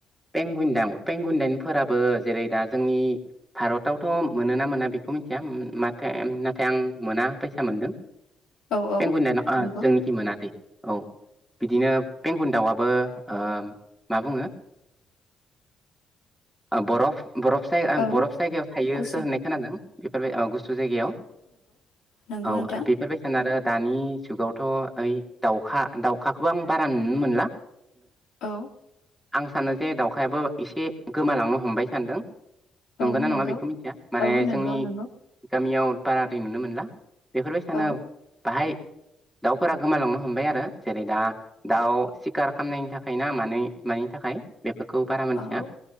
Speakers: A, in the centre; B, on the left (about 80°).
A: पेंगुइन दाउ पेंगुइन दावफोराबो जेरै दा जोंनि भारतावथ' मोनोना मोना बेखौ बेखौ मिथिया माथो नाथाय आं मोना बायसा मोनदों।
B: औ औ
A: पेंगुइन दाउ
B: नंगौ
A: <unintelligible> जोंनिखि मोनाखै औ बिदिनो पेंगुइन दाउआबो ओ मा बुङो बरफ बरफ जाय
B: औ
A: बरफ जायगायाव थायोसो
B: गुसु
A: होननाय खोनादों। बेफोर औ गुसु जायगायाव
B: नंगौ
A: औ
B: नोंथां
A: बेफोरबायसानो आरो दानि जुगावथ' ओइ दाउखा दाउखाखौबो आं बारा नुनो मोनला।
B: औ
A: आं सानो जे दाउखायाबो एसे गोमालांनो हमबाय सानदों।
B: औ
A: नंगौना
B: नंगौ
A: नङा बेखौ मिथिया माने
B: औ नंगौ
A: जोंनि
B: नंगौ
A: गामियाव बारा दै नुनो मोनला। बेफोरबायसानो
B: औ
A: बाहाय दाउफोरा गोमालांनो हमबाय आरो जेरै दा दाउ सिखार खालामनायनि थाखाय ना मा मानि थाखाय बेफोरखौ बारा मिथिया
B: औ